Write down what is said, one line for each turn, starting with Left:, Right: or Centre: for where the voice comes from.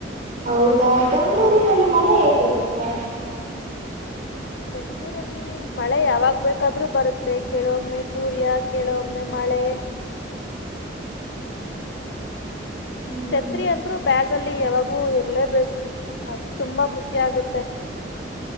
Right: ಹೌದಾ ಬೆಂಗಳೂರಿನಲ್ಲಿ ಮಳೆ ಹೇಗಿರುತ್ತೆ
Left: ಬೆಂಗ್ಗಳೂರಲ್ಲಿ ಮಳೆ ಯಾವಾಗ್ ಬೇಕಾದ್ರರು ಬರುತ್ತೆ ಕೆಲವೊಮ್ಮೆ ಸೂರ್ಯ ಕೆಲವೊಮ್ಮೆ ಮಳೆ ಹೇ
Right: ಹ್ಮ್
Left: ಛತ್ರಿ ಅಂದ್ರು ಬ್ಯಾಗಲ್ಲಿ ಯಾವಾಗೂ ಇರ್ಲೇಬೇಕು ಅದು ತುಂಬಾ ಮುಖ್ಯ ಆಗುತ್ತೆ <inaudible>